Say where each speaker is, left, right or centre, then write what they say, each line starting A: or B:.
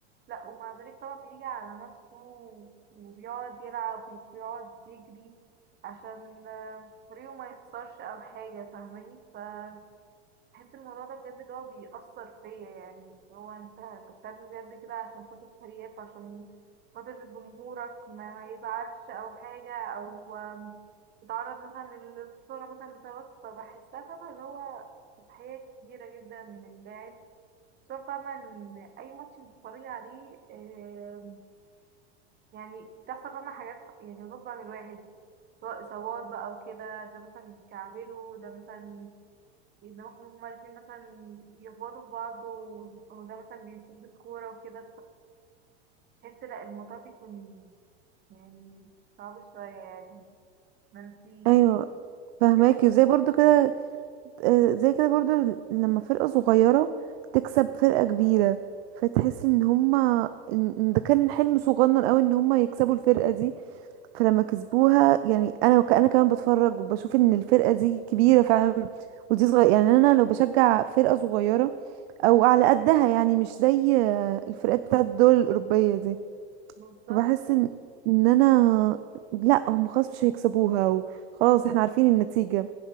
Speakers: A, on the right; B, on the right.
A: لا ومع ذلك طبعا بيجي على نفسه وبيقعد يلعب وبيقعد يجري عشان آه، فريقه ما يخسرش او حاجه فاهماني فبحس الموضوع ده بجد اللي هو بيأثر فيا يعني اللي هو انت انت بتعمل بجد كده عشان خاطر فريقك عشان خاطر جمهورك ما, ما يزعلش او حاجه او آم، يتعرض مثلا للخساره مثلا بسببك فبحسها فاهمه اللي هو تضحيه كبيره جدا من اللاعب شوف فاهمة إن أي ماتش بتتفرجي عليه آم، يعني بتحصل فاهمة حاجات يعني غصب عن الواحد سواء إصابات بقى وكده ده مثلا يتكعبلوا ده مثلا دماغهم هما الاتنين مثلا يخبطوا في بعض و- وده مثلا بيصد الكورة وكده فتحس لأ الموضوع بيكون يعني صعب شوية يعني ما انتي
B: ايوه فهماكي
A: ايه وجهة
B: زي
A: نظرك
B: برضو كده آه، زي كده برضو لما فرقة صغيرة تكسب فرقة كبيرة فتحسي ان هما ان إن ده كان حلم صغنن قوي ان هما يكسبوا الفرقة دي فلما كسبوها يعني انا وك- انا كمان بتفرج وبشوف ان الفرقه دي كبيره فعلا ودي صغيره يعني انا لو بشجع فرقه صغيره او على قدها يعني مش زي آه، الفرقات بتاعت الدول الاوروبيه دي
A: بالظبط
B: فبحس ان ان انا لا هم خلاص مش هيكسبوها وخلاص احنا عارفين النتيجه